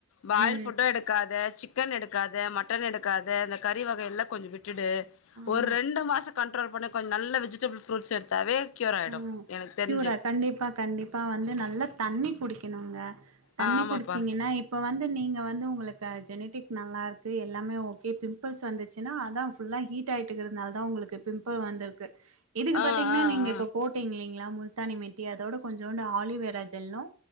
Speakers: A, on the left; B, on the right.
A: பாயில்
B: ம்
A: ஃபுட்ட எடுக் க்காத சிக்கன் எடுக்காத மட்டன் எடுக்காத இந்த கறி வகை எல்லா கொஞ்சோ விட்டுடு
B: ஆமா
A: ஒரு ரெண்டு மாசோ கண்ட்ரோல் பண்ணு கொஞ்சோ நல்ல வெஜிடெபிள் ஃப்ரூட்ஸ் எடுத்தாவே க்யூர் ஆயிடு
B: அ
A: எனக்கு தெரிஞ்சு
B: கியூரா கண்டிப்பா கண்டிப்பா வந்து நல்லாத் தண்ணி குடிக்கிணுங்க தண்ணி
A: ஆ ஆமாப்பா
B: குடிச்சீங்கன்னா இப் இப்ப வந்து நீங்க வந்து உங்குளுக்கு ஜெனிட்டிக் நல்லாருக்கு எல்லாமே ஓகே பிம்பிள்ஸ் வந்துச் சினா அதா ஃபுல்லா ஹீட் ஆயிட்டு இருக்கனாலதா உங்குளுக்கு பிம்புள் வந்துருக்கு இதுக்கு
A: ஆ
B: பாத்தீங்னா
A: ஆ
B: நீங்க
A: ஆ
B: இப்பப் போட்டிங்ளீங்ளா முல்தானி மெட்டி அதோட கொஞ்சோண்டு ஆலிவேரா ஜெல்லு